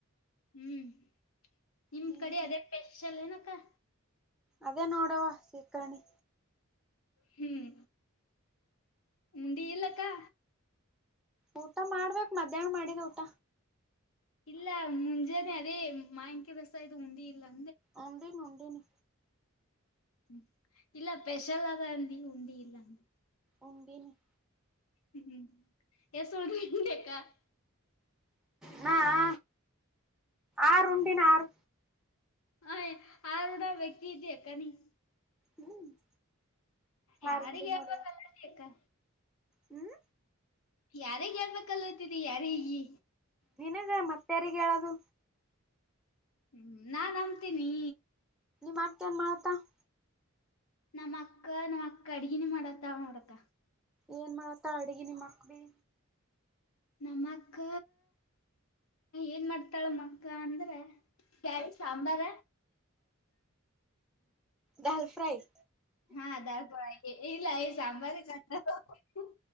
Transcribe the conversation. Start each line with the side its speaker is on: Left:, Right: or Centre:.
Left: ಹ್ಮ್, ನಿಮ್
Centre: ಹ್ಮ್
Left: ಕಡೆ
Centre: ಹ್ಮ್
Left: ಅದೇ ಸ್ಪೆಷಲ್ ಏನಕ್ಕಾ.
Centre: ಅದೇ ನೋಡವ ಶೀಕರ್ಣಿ,
Left: ಹ್ಮ್, ಊಂಡಿ ಇಲ್ಲಕ್ಕಾ.
Centre: ಊಟ ಮಾಡ್ಬೇಕ್ ಮಧ್ಯಾಹ್ನ ಮಾಡಿದ ಊಟ.
Left: ಇಲ್ಲ ಮುಂಜಾನೆ ಅದೇ ಮಾವಿನಕಾಯಿ ರಸ ಇದು ಉಂಡಿಇಲ್ಲಾತ.,
Centre: ಊಂಡಿನಿ, ಊಂಡಿನಿ
Left: ಹ್ಮ, ಇಲ್ಲ ಸ್ಪೆಷಲ್ ಅದ ಅಂದಿ ಊಂಡಿ ಇಲ್ಲ ಅಂದ.
Centre: ಉಂದಿನ <inaudible>
Left: ಹ್ಮ್, ಎಸಕ್ಕ <unintelligible>
Centre: ಹಾ, ಹಾ ಆರು ಉಂಡಿನ ಆರು
Left: ಹ ಆರುಡ ವ್ಯಕ್ತಿ ಇದ್ದ ಅಕ್ಕನ <unintelligible>
Centre: ಹ್ಮ್ <inaudible>
Left: ಯಾರಿಗೆ
Centre: ಆರು ಉಂಡಿನ ನೋಡುವ
Left: ಹಳ್ಬೇಕಲ್ಲಾಕ್ಕಾ,
Centre: ಹ್ಮ್,
Left: ಯಾರಿಗಿ ಹೇಳ್ಬೇಕ ಅನತ್ತಿದಿ ಯಾರಗಿ,
Centre: ನಿನಗ ಮತ್ತೆ ಯಾರಿಗಿ ಹೇಳದು.
Left: ಹ್ಮ, ನಾನ್ಂತೀನಿ,,
Centre: ನಾಟನ್ ಮಾಡತ್ತಾ <inaudible>
Left: ನಮ್ಮ್ ಅಕ್ಕ- ನಮ್ಮ್ ಅಕ್ಕ ಅಡಗಿನಿ ಮಾಡತ್ತಳ ನೋಡಕ್ಕ.
Centre: ಏನ್ ಮಾಡತ್ತಳ್ ಅಡ್ಗಿ ನಿಮ್ಮಕ್ಕ್ ಬಿ,
Left: ನಮ್ಮ ಅಕ್ಕ,,, ಏನ್ ಮಾಡ್ತಾಳ ನಮ್ಮ ಅಕ್ಕ ಅಂದ್ರ,, ಬ್ಯಾಳಿ ಸಾಂಬಾರ,
Centre: ದಾಲ್ ಟ್ರಾಯ್,
Left: ಹಾದಾ ಇಲ್ಲ ಈ ಸಾಂಬಾರ್ <unintelligible>